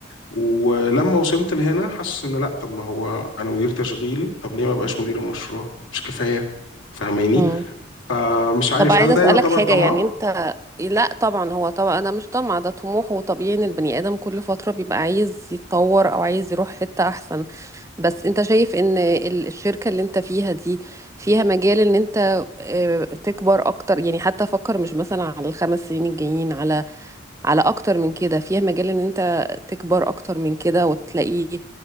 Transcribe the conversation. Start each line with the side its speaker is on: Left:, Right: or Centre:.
Left: ولما وصلت لهنا حاسس ان لا طب ما هو انا مدير تشغيل طب ليه ما بقاش مدير المشروع مش كفاية فاهماني
Right: مم.
Left: فمش عارف
Right: طب عايزة
Left: هل ده
Right: اسألك
Left: يعتبر
Right: حاجة
Left: طمع
Right: يعني انت لا طبعا هو طبعا انا مش طمع ده طموح وطبيعي ان البني ادم كل فترة بيبقى عايز يتطور او عايز يروح حتة احسن بس انت شايف ان ال- الشركة اللي انت فيها دي فيها مجال ان انت آه، تكبر اكتر يعني حتى فكر مش مثلا على الخمس سنين الجايين على على اكتر من كده فيها مجال ان انت تكبر اكتر من كده وتلاقي